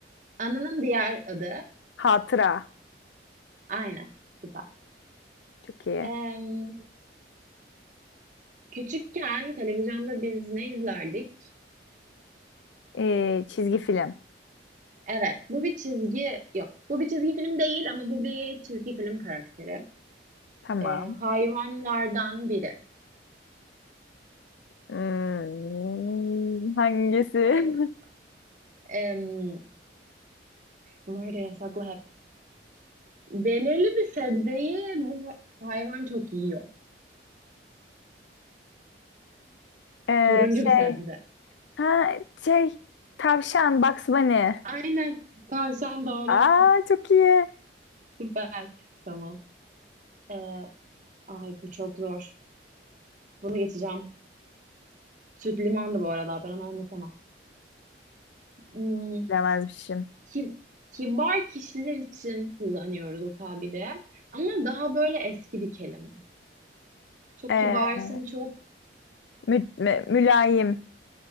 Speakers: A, on the right; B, on the left.
A: Anının diğer adı.
B: Hatıra.
A: Aynen. Süper.
B: Çok iyi.
A: Ee, Küçükken televizyonda biz ne izlerdik?
B: Ee, çizgi film.
A: Evet, bu bir çizgi yok. Bu bir çizgi film değil ama bu bir çizgi film karakteri.
B: Tamam.
A: Ee, hayvanlardan biri.
B: Hmm, hangisi? <laughs>
A: Hayvan. Em, bunlar da yasaklı hep. Belirli bir sebzeyi bu hayvan çok yiyor.
B: Ee,
A: Turuncu
B: şey.
A: bir sebze.
B: Ha, şey. Tavşan. Bugs Bunny.
A: Aynen. Tavşan doğru.
B: Aa
A: <laughs>
B: çok iyi.
A: Süper. Tamam. Ee, ay bu çok zor. Bunu geçeceğim. Süt limandı bu arada. Ben onu anlatamam. Hmm,
B: Bilemezmişim.
A: ki- kibar kişiler için kullanıyoruz o tabiri. Ama daha böyle eski bir kelime. Çok
B: Ee,
A: kibarsın, çok
B: mü- mü- mülayim.